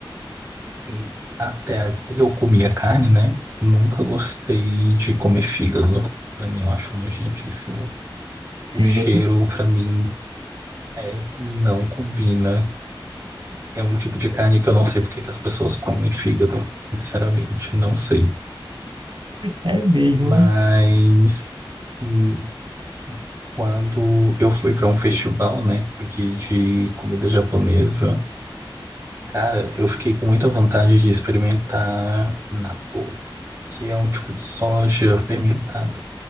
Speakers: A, on the right (about 30°); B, on the right (about 65°).
A: Sim, até a época que eu comia carne, né? Nunca gostei de comer fígado. Pra mim, eu acho nojentíssimo. O
B: Fígado
A: cheiro, pra mim, é, não combina. É um tipo de carne que eu não sei porque que as pessoas comem fígado. Sinceramente, não sei.
B: é mesmo.
A: Mas, sim, quando eu fui pra um festival, né, aqui de comida japonesa, cara, eu fiquei com muita vontade de experimentar natto. que é um tipo de soja fermentada.